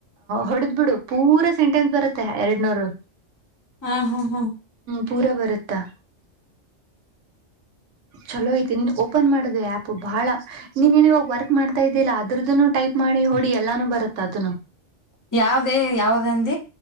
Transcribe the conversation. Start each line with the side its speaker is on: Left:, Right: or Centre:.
Right: ಹೊಡೆದ್ ಬಿಡು ಪೂರ ಸೆಂಟೆನ್ಸ್ ಬ ಎರಡ್ ನೂರು
Left: ಹ್ಮ್ ಹ್ಮ್ ಹ್ಮ್
Right: ಪೂರ ಬರುತ್ತಾ ಚಲೋ ಐತಿ ನೀ ಓಪನ್ ಮಾಡ ಆ್ಯಪ್ ಬಹಳ ನೀನು ಇವಾಗ ವರ್ಕ್ ಮಾಡ್ತಾ ಇದ್ದಿಲ್ಲ ಅದ ಟೈಪ್ ಮಾಡಿ ಹೊಡಿ ಎಲ್ಲಾನೂ ಬ ತ್ತ ಅದನ್ನು
Left: ಯಾವ್ದೇ ಯಾವ್ದಂದ